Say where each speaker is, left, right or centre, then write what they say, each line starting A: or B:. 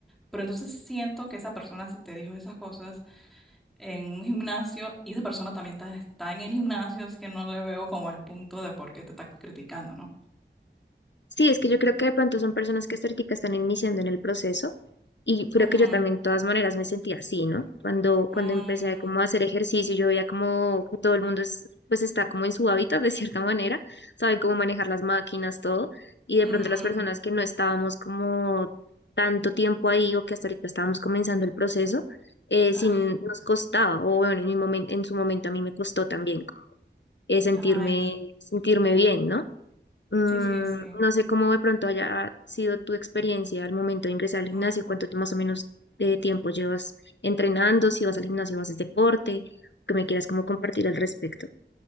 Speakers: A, in the centre; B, on the left.
A: pero entonces siento que esa persona si te dijo esas cosas en un gimnasio y esa persona también ta- está en el gimnasio, así que no le veo como el punto de por qué te está criticando, ¿no?
B: Sí, es que yo creo que de pronto son personas que estéticas están iniciando en el proceso y creo
A: Ujú,
B: que yo también de todas maneras me sentía así, ¿no? Cuando,
A: mm,
B: cuando empecé como a hacer ejercicio, yo veía como que todo el mundo es, pues está como en su hábitat de cierta manera, saben cómo manejar las máquinas, todo, y de
A: mm,
B: pronto las personas que no estábamos como tanto tiempo ahí o que hasta ahorita estábamos comenzando el proceso, eh,
A: ah,
B: sin, nos costaba, o bueno, en mi momen- en su momento a mí me costó también eh, sentirme,
A: Ay,
B: sentirme bien, ¿no? Mm,
A: sí, sí, sí.
B: no sé cómo de pronto haya sido tu experiencia al momento de ingresar
A: mm,
B: al gimnasio, cuánto te- más o menos de tiempo llevas entrenando, si vas al gimnasio, haces deporte, que me quieras como compartir al respecto.